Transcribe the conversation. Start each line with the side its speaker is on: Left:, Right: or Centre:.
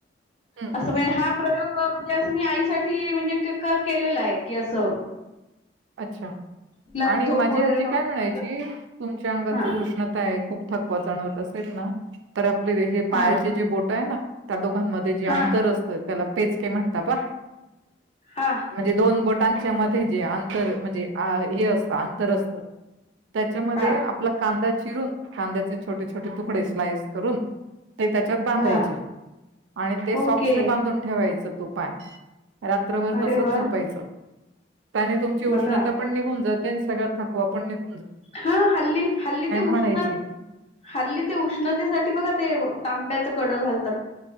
Right: हं,
Left: असं
Right: हं.
Left: म्हण हा प्रयोग. म्हणजे असं मी आईसाठी म्हणजे का केलेलं आहे की असं.
Right: अच्छा.
Left: तिला
Right: आणि
Left: झोप
Right: माझी
Left: वगैरे
Right: आजी
Left: नव्हती
Right: काय म्हणायची तुमच्या अंगात
Left: हा
Right: जर उष्णता आहे खूप थकवा जाणवत असेल ना तर आपले हे पायाचे
Left: हा
Right: जे बोट आहे ना. त्या दोघ मध्ये जे अंतर
Left: हा
Right: असतात. त्याला पेच पे म्हणत ना.
Left: हा
Right: म्हणजे दोन बोट त्यांच्या मध्ये जे तर म्हणजे हे अस. रत त्याच्यामध्ये
Left: हा
Right: आपल्या कांदा चिरून कांद्याचे छोटे छोटे तुकडे स्लाइस करून ते त्याच्यात बांधायचे
Left: हा
Right: आणि ते सॉक्सने
Left: ओके
Right: बांधून ठेवायचं. तो पाय रात्रभर
Left: अरे
Right: तसच
Left: वा
Right: झोपायचं. पायात उष्णता
Left: बघा
Right: पण निघून जात. सगळत थकवा पण निघतोय.
Left: हा हल्ली हल्ली ते उष्ण
Right: म्हणायची
Left: हल्ली ते उष्णतेसाठी बघा ते तांब्याच कड घालतात